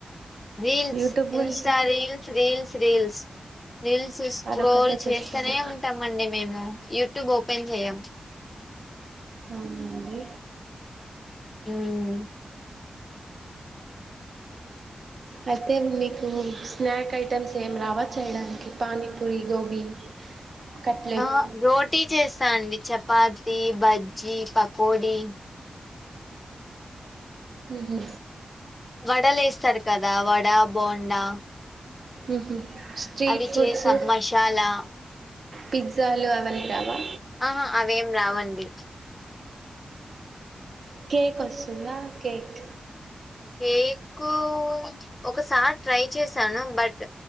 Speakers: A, on the left; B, on the right.
A: రీల్స్
B: యూట్యూబ్
A: Insta
B: గురించి
A: reels reels. Reels reels స్క్రోల్
B: అదొక్కటే చేస్తారా
A: చేస్తనే ఉంటాంమండి మేము. యూట్యూబ్ ఓపెన్ చేయం.
B: అవునండి.
A: ఉమ్.
B: అయితే మీకు స్నాక్ ఐటమ్స్ ఏం రావా చేయడానికి పానీపూరి గోబీ. కట్లెట్
A: ఆహ్ రోటీ చేస్తా అండి చపాతి బజ్జీ పకోడి.
B: ఉహు.
A: వడలేస్తారు కదా వడ బోండా.
B: ఉహు. స్ట్రీట్
A: అవి
B: ఫుడ్స్
A: చేస్తాను మసాలా.
B: పిజ్జాలు అవన్నీ రావా
A: ఆహా అవేం రావండి.
B: కేక్ వస్తుందా కేక్.
A: కేక్ ఒకసారి ట్రై చేశాను బట్